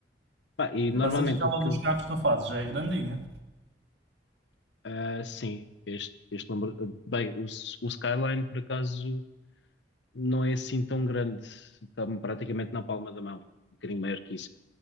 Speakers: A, on the left; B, on the right.
A: Pá, e normalmente
B: Mas a escala
A: o que
B: dos
A: eu.
B: carros que tu fazes já é grandinha.
A: ah, sim, este, este número. Bem, o, S- o Skyline, por acaso, não é assim tão grande. Está-me praticamente na palma da mão. Um bocadinho maior que isso.